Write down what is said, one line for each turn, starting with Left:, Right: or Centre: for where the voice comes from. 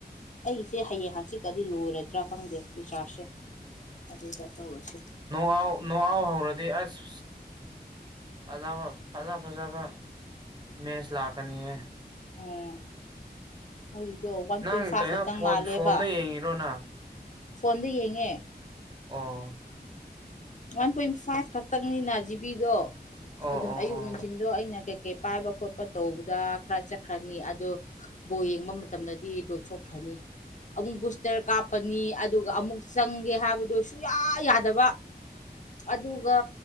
Left: ꯑꯩꯁꯦ ꯍꯌꯦꯡ ꯍꯪꯆꯤꯛꯀꯗꯤ ꯂꯣꯏꯔꯗ꯭ꯔꯥ ꯈꯪꯗꯦ ꯔꯤꯆꯥꯔꯖꯁꯦ ꯑꯗꯨꯒ ꯇꯧꯔꯁꯦ
Right: ꯥꯑꯧ ꯅꯣꯛ ꯑꯥꯎ ꯍꯧꯔꯗꯤ ꯑꯁ ꯐꯖꯕ ꯐꯖ ꯐꯖꯕ ꯃꯦꯏꯁ ꯂꯥꯛꯀꯅꯤ ꯍꯥꯏ
Left: ꯎꯝ ꯑꯩꯗꯣ ꯋꯥꯟ
Right: ꯅꯪ
Left: ꯄꯣꯏꯟ ꯐꯥꯏꯚ
Right: ꯀꯩꯅꯣ
Left: ꯈꯛꯇꯪ
Right: ꯐꯣꯟ
Left: ꯃꯥꯜꯂꯦꯕ
Right: ꯐꯣꯟꯗ ꯌꯦꯡꯉꯤꯔꯣ ꯅꯪ
Left: ꯐꯣꯟꯗ ꯌꯦꯡꯉꯦ
Right: ꯑꯣ
Left: ꯋꯥꯟ ꯄꯣꯏꯟ ꯐꯥꯏꯚ ꯈꯛꯇꯪꯅꯤꯅ ꯖꯤꯕꯤꯗꯣ
Right: ꯑꯣ
Left: ꯑꯗꯨꯝ
Right: ꯑꯣ
Left: ꯑꯌꯨꯛ
Right: ꯑꯣ
Left: ꯅꯨꯡꯊꯤꯟꯗꯣ ꯑꯩꯅ ꯀꯩ ꯀꯩ ꯄꯥꯏꯕ ꯈꯣꯠꯄ ꯇꯧꯕꯗ ꯈꯔ ꯆꯠꯈ꯭ꯔꯅꯤ ꯑꯗꯣ ꯕꯣꯜ ꯌꯦꯡꯕ ꯃꯇꯝꯗꯗꯤ ꯂꯣꯏꯊꯣꯛꯈ꯭ꯔꯅꯤ ꯑꯃꯨꯛ ꯕꯨꯁꯇꯔ ꯀꯥꯞꯄꯅꯤ ꯑꯗꯨꯒ ꯑꯃꯨꯛ ꯆꯪꯒꯦ ꯍꯥꯏꯕꯗꯨꯣ ꯁꯨꯡꯌꯥ ꯌꯥꯗꯕ ꯑꯗꯨ ꯑꯗꯨꯒ